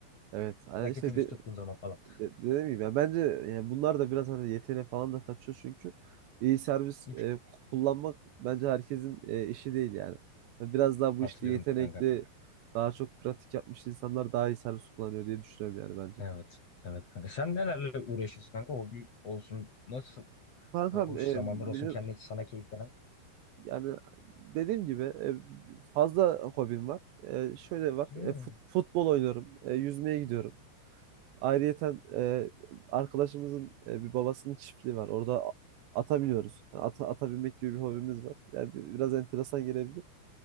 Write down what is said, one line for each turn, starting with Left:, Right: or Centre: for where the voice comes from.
Right: evet. Hani
Left: Raketi
Right: işte de,
Left: düz tuttuğun zaman falan.
Right: de, dediğim gibi ya bence yani bunlar da biraz hani yeteneğe falan da kaçıyor çünkü iyi servis
Left: Bir
Right: e,
Left: tık
Right: ku- kullanmak bence herkesin e, işi değil yani. Yani Biraz daha bu
Left: katılıyorum
Right: işte yetenekli
Left: kanka.
Right: daha çok pratik yapmış insanlar daha iyi servis kullanıyor diye düşünüyorum yani bence.
Left: Evet. Evet kanka. Sen nelerle uğraşıyorsun kanka? Hobi olsun. Nasıl
Right: Kankam
Left: boş
Right: e,
Left: zamanlar
Right: benim
Left: olsun kendine sana keyif veren.
Right: yani dediğim gibi e, fazla hobim var. E, şöyle var.
Left: Hmm.
Right: e, fut- futbol oynuyorum. E, yüzmeye gidiyorum. Ayrıyeten e, arkadaşımızın e, bir babasının çiftliği var. Orada ata biniyoruz. Yani ata, ata binmek gibi bir hobimiz var. Yani bi- biraz enteresan gelebilir.